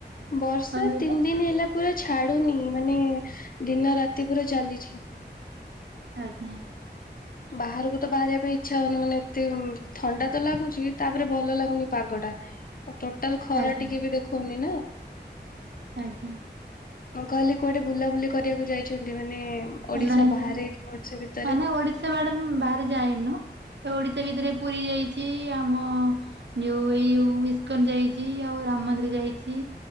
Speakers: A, on the left; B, on the right.
A: ବର୍ଷା
B: କଣ କହିଲେ?
A: ତିନି ଦିନ ହେଲା। ପୁରା ଛାଡୁନି ମାନେ ଦିନ ରାତି ପୁରା ଚାଲିଛି।
B: ଆଜ୍ଞା
A: ବାହାରକୁ ତ ବାହାରିବା ପାଇଁ ଇଚ୍ଛା ହଉନି ମାନେ ଏତେ-ମ ଥଣ୍ଡା ତ ଲାଗୁଛି ତାପରେ ଭଲ ଲାଗୁନି ପାଗ ଟା। ଟୋଟାଲି ଖରା
B: ଆଜ୍ଞା
A: ଟିକେ ବି ଦେଖଉନି ନା।
B: ଆଜ୍ଞା।
A: ମୁଁ କହିଲି କୁଆଡେ ବୁଲାବୁଲି କରିବାକୁ ଯାଇଛନ୍ତି, ମାନେ ଓଡିଶା
B: ନାଇଁ
A: ବାହାରେ କି ଓଡିଶା ଭିତରେ।
B: ମାନେ ଓଡିଶା ବାହାରେ ଯାଇନୁ ଏ ଓଡିଶା ଭିତରେ ପୁରୀ ଯାଇଚି। ଆମ ନିଉ ଇଉ ଇସ୍କନ ଯାଇଛି ଆଉ ରାମ ମନ୍ଦିର ଯାଇଛିୈ।